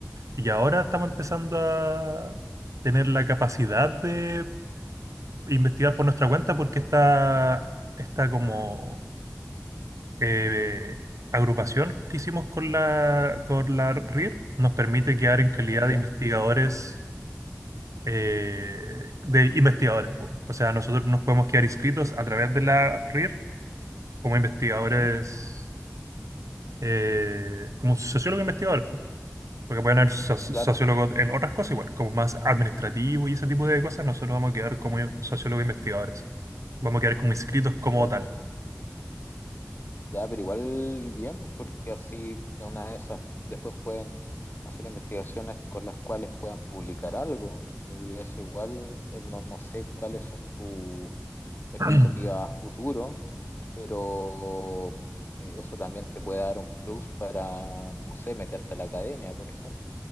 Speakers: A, on the right (about 80°); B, on the left (about 40°).
A: Y ahora estamos empezando a tener la capacidad de investigar por nuestra cuenta porque está, está como eh, agrupación que hicimos con la, con la RIR nos permite quedar en calidad de
B: ya,
A: investigadores, eh, de investigadores, po. O sea, nosotros nos podemos quedar inscritos a través de la RIR como investigadores,
B: ujú,
A: eh, como sociólogos investigadores, po. porque pueden haber so- sociólogos
B: Claro,
A: en otras cosas igual, como más administrativo y ese tipo de cosas, nosotros vamos a quedar como sociólogos investigadores, vamos a quedar como inscritos como
B: claro.
A: tal.
B: Ya, pero igual bien, pues porque así de una de esas después pueden hacer investigaciones con las cuales puedan publicar algo. Y eso igual, eh, no, no sé cuáles son tus expectativas
A: <clears throat>
B: a futuro pero eh, eso también te puede dar un plus para, no sé, meterte a la academia, por ejemplo,